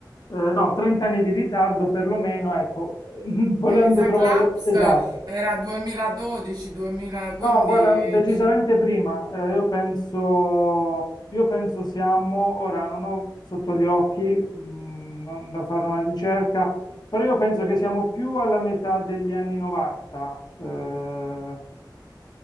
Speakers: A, on the left (about 60°); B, on the right (about 60°).
A: eh, no, 30 anni di ritardo perlomeno, ecco, <laughs> volendo
B: Elisa
A: trovare
B: Claps
A: esatto.
B: era 2012-2015.
A: No, guarda, decisamente prima, eh, io penso, io penso siamo, ora non ho sotto gli occhi, mh, non da fare una ricerca, però io penso che siamo più alla metà degli anni 90, eh,